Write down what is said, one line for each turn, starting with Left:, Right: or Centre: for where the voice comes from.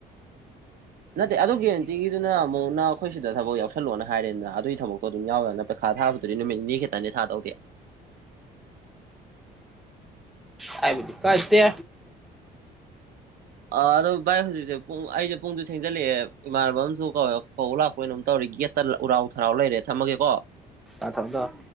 Right: ꯅꯠꯇꯦ ꯑꯗꯨ ꯒꯦꯔꯦꯟꯇꯤꯒꯤꯗꯨꯅ ꯑꯃꯨꯛꯅ ꯑꯈꯣꯏ ꯁꯤꯗ ꯊꯕꯛ ꯌꯥꯎꯁꯜꯂꯣꯅ ꯍꯥꯏꯔꯦꯅ ꯑꯗꯨꯏ ꯊꯕꯛꯇꯣ ꯑꯗꯨꯝ ꯌꯥꯎ ꯌꯥꯅ ꯥ ꯄꯩꯈꯥ ꯊꯥꯕꯗꯨꯗꯤ ꯅꯨꯃꯤꯠꯅꯤꯅꯤ ꯈꯤꯠꯇꯅꯦ ꯊꯥꯗꯧꯗꯤ
Centre: ꯀꯥꯏꯕꯨꯗꯤ ꯀꯥꯏꯗꯦ
Right: ꯑꯥ ꯑꯗꯣ ꯚꯥꯏ ꯍꯨꯖꯤꯛꯆꯦ ꯄꯨꯡ ꯑꯩꯖꯦ ꯄꯨꯡꯖꯨ ꯊꯦꯡꯖꯜꯂꯛꯑꯦ ꯏꯃꯥꯟꯅꯕ ꯑꯝꯖꯨ <unintelligible> ꯀꯧꯕ ꯂꯥꯛꯄ꯭ꯔ ꯀꯩꯅꯣꯝ ꯇꯧꯔꯤ ꯒꯦꯠ ꯑꯣꯏꯅ ꯑꯃꯝ ꯇꯧꯔꯤ ꯒꯦꯠ ꯇ ꯎꯔꯥꯎ ꯊꯔꯥꯎ ꯂꯩꯔꯦ ꯊꯝꯃꯒꯦꯀꯣ
Centre: ꯑ ꯊꯝꯊꯝ